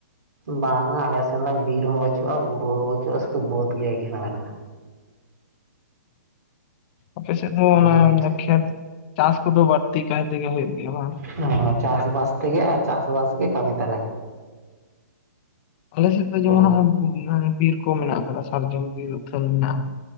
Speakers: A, on the right (about 65°); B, on the left (about 35°).
A: ᱵᱟᱝᱟ ᱟᱞᱮ ᱥᱮᱱ ᱫᱚ ᱵᱤᱨ ᱦᱚᱸ ᱵᱟᱹᱪᱩᱜ-ᱟ ᱵᱩᱨᱩ ᱦᱚᱸ ᱵᱟᱹᱪᱩᱜ-ᱟ ᱥᱩᱫᱷᱩ ᱵᱟᱹᱫᱽ ᱜᱮ ᱮᱠᱷᱮᱱ ᱢᱮᱱᱟᱜ-ᱟ
B: ᱟᱯᱮ ᱥᱮᱫ ᱫᱚ
A: ᱥᱩᱫᱷᱩ
B: ᱚᱱᱟ ᱠᱷᱮᱛ ᱪᱟᱥ ᱠᱚᱫᱚ ᱵᱟᱹᱲᱛᱤ ᱠᱟᱭ ᱛᱮᱜᱮ ᱦᱩᱭᱩᱜ ᱜᱮᱭᱟ ᱵᱟᱝ
A: ᱦᱮ ᱪᱟᱥᱵᱟᱥ ᱛᱮᱜᱮ ᱟᱨ ᱪᱟᱥᱵᱟᱥ ᱜᱮ ᱠᱟᱹᱢᱤ ᱛᱟᱞᱮ
B: ᱟᱞᱮ ᱥᱮᱫ ᱫᱚ ᱡᱮᱢᱚᱱ
A: ᱦᱩᱸ
B: ᱵᱤᱦᱟᱨ ᱨᱮ ᱵᱤᱨ ᱠᱚ ᱢᱮᱱᱟᱜ ᱟᱠᱟᱫᱟ ᱥᱟᱨᱡᱚᱢ ᱵᱤᱨ ᱟᱛᱷᱟᱹᱱ ᱢᱮᱱᱟᱜ